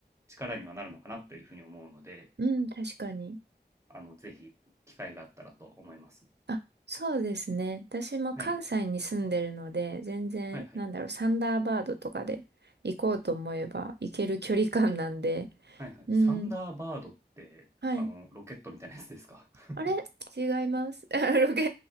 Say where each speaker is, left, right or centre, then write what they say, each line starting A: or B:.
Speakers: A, on the right; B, on the right.
A: 力にはなるのかなというふうに思うので、
B: うん、確かに。
A: あの、ぜひ、機会があったらと思います。
B: あ、そうですね。私も関西に住んでるので、
A: はい。
B: 全然、
A: はいはい。
B: なんだろう、サンダーバードとかで行こうと思えば行ける距離感なんで、
A: はいはい。
B: うん、
A: サンダーバードって、
B: はい。
A: あの、ロケットみたいなやつですか <laughs>
B: あれ違います。<laughs> ロケ、